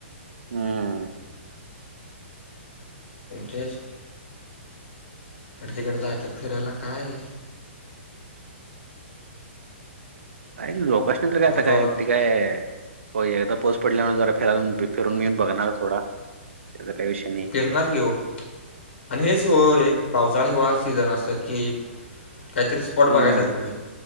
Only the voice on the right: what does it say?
हम्म
काय लोकशनी तर काय
आता काय
ते काय हो एकदा पोऊस पडल्यामुळे जरा फिरून फिरून मी बघणार थोडा त्याजा काही विषय नाही.
हम्म.